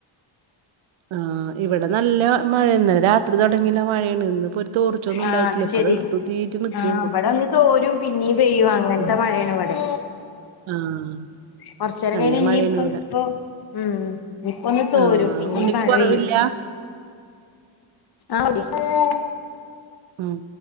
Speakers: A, on the right (about 75°); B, on the left (about 50°).
A: ആഹ് ഇവടെ നല്ല മഴേന്നെ ഇന്നലെ രാത്രി തൊടങ്ങില്ല മഴയാണ് ഇന്ന് ഇപ്പോ തോർച്ചൊന്നും ഒണ്ടായിട്ടില്ല
B: ആഹ്
A: ഇപ്പ
B: ശെരി
A: അത് ഇർട്ടു തീട്ട നക്കണ്ട്
B: ആഹ് ഇവിടെ ഒന്ന് തോരും പിന്നീം പെയ്യും അങ്ങനത്തെ
A: മ്
B: മഴയാണ് ഇവിടെ
A: ആഹ്
B: കൊറച്ചേരം
A: നല്ല
B: കൈഞ്ഞ് ഇനി
A: മഴയാണ്
B: ഇപ്പം
A: ഇവിടെ
B: ഇപ്പ ഉം ഇനിപ്പം ഒന്ന് തോരും
A: ആഹ്
B: പിന്നെയും
A: ഉണ്ണിക്ക്
B: മഴ
A: കൊറവില്ല
B: പെയ്യും ആഹ് <unintelligible>
A: ഉം